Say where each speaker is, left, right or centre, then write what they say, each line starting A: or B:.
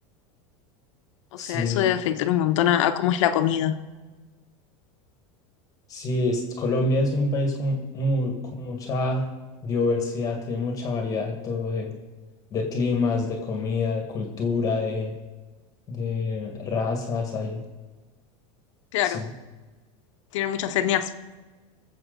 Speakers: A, on the left; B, on the left.
A: O
B: sí,
A: sea, eso debe afectar un montón a, a cómo es la comida.
B: sí. es- Colombia es un país con, mu- con mucha diversidad, tiene mucha variedad de todo, de, de climas, de comida, de cultura, de, de razas. ahí,
A: Claro,
B: sí.
A: tienen muchas etnias.